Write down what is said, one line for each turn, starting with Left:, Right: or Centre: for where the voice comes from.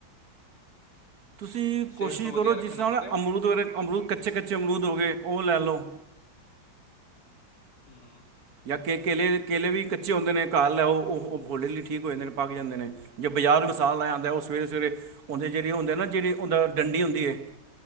Right: ਤੁਸੀਂ
Left: ਸਿਹਤ
Right: ਕੋਸ਼ਿਸ਼
Left: ਨੂੰ ਵਧੀਆ
Right: ਕਰੋ
Left: ਰੱਖਣ
Right: ਜਿਸ ਤਰ੍ਹਾਂ
Left: ਵਾਸਤੇ
Right: ਨਾ ਅਮਰੂਦ ਵਗੈ ਅਮਰੂਦ ਕੱਚੇ ਕੱਚੇ ਅਮਰੂਦ ਹੋ ਗਏ, ਉਹ ਲੈ ਲਓ।
Left: ਹੁੰ।
Right: ਜਾਂ ਕੇ ਕੇਲੇ ਕੇਲੇ ਵੀ ਕੱਚੇ ਹੁੰਦੇ ਨੇ ਘਾਲ ਲ ਹੈ ਉਹ ਫੋਲੇੇ ਲਈ ਠੀਕ ਹੋ ਜਾਂਦੇ ਨੇ ਪਗ ਜਾਂਦੇ ਨੇ। ਜੇ ਬਜ਼ਾਰ ਮਸਾਲ ਲੇ ਆਂਦਾ ਉਹ ਸਵੇਰੇ-ਸਵੇਰੇ, ਉਹਦੇ ਜਹੜੇ ਹੁੰਦੇ ਨਾ ਜਿਵੇਂ ਹੁੰਦਾ ਡੰਡੀ ਹੁੰਦੀ ਏ,